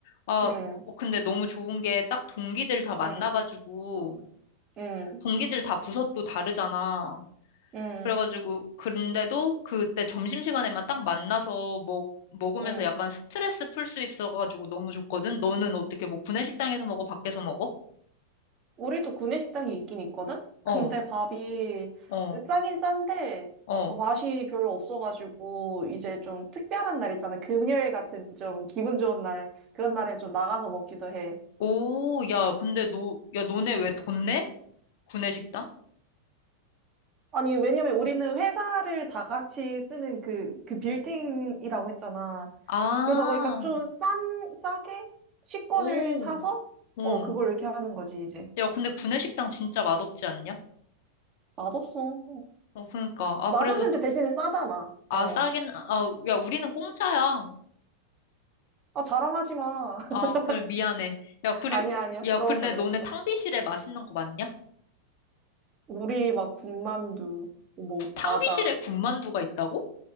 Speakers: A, on the left; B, on the right.
A: 아,
B: 응,
A: 어, 근데 너무 좋은 게 딱 동기들 다 만나가지고,
B: 응, 응,
A: 동기들 다 부서도 다르잖아.
B: 응,
A: 그래가지고, 그런데도 그때 점심시간에만 딱 만나서 먹, 먹으면서
B: 응.
A: 약간 스트레스 풀 수 있어가지고 너무 좋거든? 너는 어떻게 뭐 구내식당에서 먹어? 밖에서 먹어?
B: 우리도 구내식당이 있긴 있거든?
A: 어.
B: 근데 밥이
A: 어.
B: 싸긴 싼데
A: 어.
B: 어, 맛이 별로 없어가지고 이제 좀 특별한 날 있잖아. 금요일 같은 좀 기분 좋은 날. 그런 날엔 좀 나가서 먹기도 해.
A: 오, 야, 근데 너, 야, 너네 왜 돈 내? 구내식당?
B: 아니, 왜냐면 우리는 회사를 다 같이 쓰는 그, 그 빌딩이라고 했잖아.
A: 아,
B: 그러다 보니까 좀 싼, 싸게 식권을
A: 오,
B: 사서,
A: 응.
B: 어, 그걸 이렇게 하는 거지, 이제.
A: 야, 근데 구내식당 진짜 맛없지 않냐?
B: 맛없어.
A: 어, 그러니까. 아,
B: 맛없는데
A: 그래서,
B: 대신에 싸잖아.
A: 아,
B: 어.
A: 싸긴, 아, 야, 우리는 공짜야.
B: 아, 자랑하지 마. <laughs>
A: 아, 그래, 미안해. 야, 그리,
B: 아니야, 아니야.
A: 야,
B: 부러워서
A: 근데
B: 그랬어.
A: 너네 탕비실에 맛있는 거 맞냐?
B: 우리 막 군만두, 뭐,
A: 구- 탕비실에
B: 과자.
A: 군만두가 있다고?